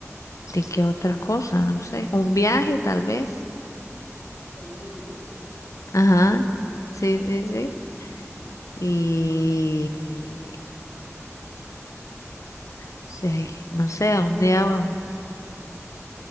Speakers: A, on the left; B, on the right.
A: ¿De qué otra cosa? No sé. Un viaje, tal vez.
B: la luna de miel.
A: Ajá. Sí, sí, sí. Y sí, no sé, a un día, um,